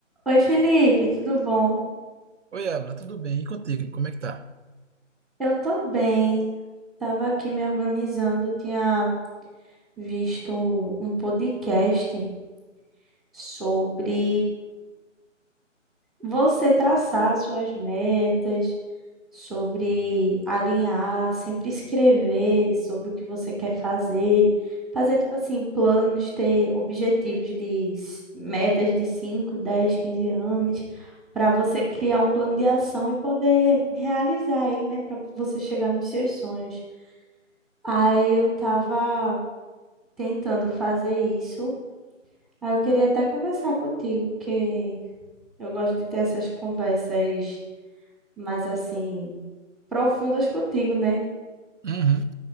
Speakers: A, in the centre; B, on the right (about 65°).
A: Oi, Felipe, tudo bom?
B: Oi, Abra, tudo bem? E contigo, como é que tá?
A: Eu tô bem. Tava aqui me organizando, eu tinha visto um podcast sobre você traçar suas metas, sobre alinhar, sempre escrever sobre o que você quer fazer, fazer tipo assim, planos, ter objetivos de s- metas de 5, 10, 15 anos, para você criar um plano de ação e poder realizar aí, né, para você chegar nos seus sonhos. Aí eu tava tentando fazer isso. Aí eu queria até conversar contigo, porque eu gosto de ter essas conversas mais assim profundas contigo, né?
B: Uhum.